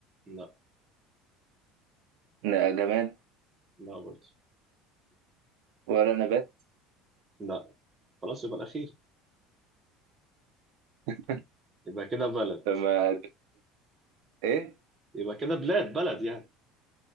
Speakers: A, on the right (about 20°); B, on the right (about 80°).
A: لا لا
B: ن- جماد
A: لا برضه
B: ولا نبات
A: لا خلاص يبقى الاخير
B: <laughs>
A: يبقى كده بلد
B: طب ما ايه
A: يبقى كده بلاد بلد يعني